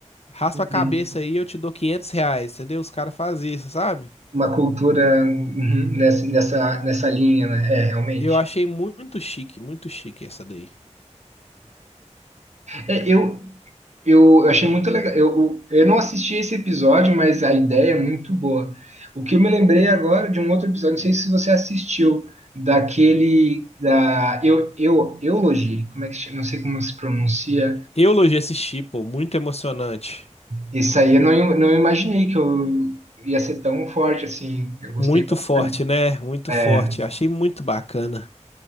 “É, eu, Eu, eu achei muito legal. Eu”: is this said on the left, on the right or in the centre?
Right